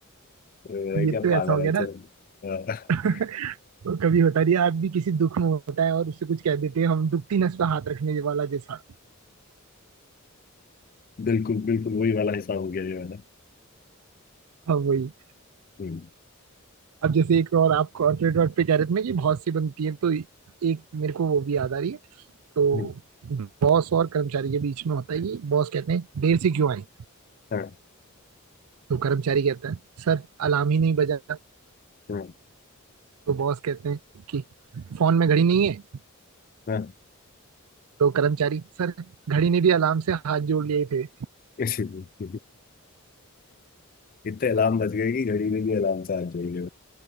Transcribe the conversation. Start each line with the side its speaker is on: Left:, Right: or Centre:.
Left: अरे
Right: ये
Left: क्या
Right: तो
Left: पागल
Right: ऐसा हो
Left: है
Right: गया
Left: चल
Right: ना
Left: <laughs> अ,
Right: तो कभी होता नहीं है, आदमी किसी दुख में होता है और उससे कुछ कह देते हैं हम दुखती नस पे हाथ रखने वाला जैसा
Left: बिल्कुल बिल्कुल वही वाला हिसाब हो गया ये वाला
Right: हाँ वही
Left: हम्म,
Right: अब जैसे एक और आप कॉर्पोरेट वर्ल्ड पे कह रहे थे ना कि बहुत सी बनती है तो एक मेरे को वो भी याद आ रही है तो
Left: हम्म,
Right: बॉस और कर्मचारी के बीच में होता है कि बॉस कहते हैं देर से क्यों आए
Left: हाँ
Right: तो कर्मचारी कहता है सर अलार्म ही नहीं बजा
Left: हाँ
Right: तो बॉस कहते हैं कि फोन में घड़ी नहीं है
Left: हाँ
Right: तो कर्मचारी सर घड़ी ने भी अलार्म से हाथ जोड़ लिए थे
Left: <laughs> इतने अलार्म बज गए कि घड़ी में भी अलार्म से आ जाएंगे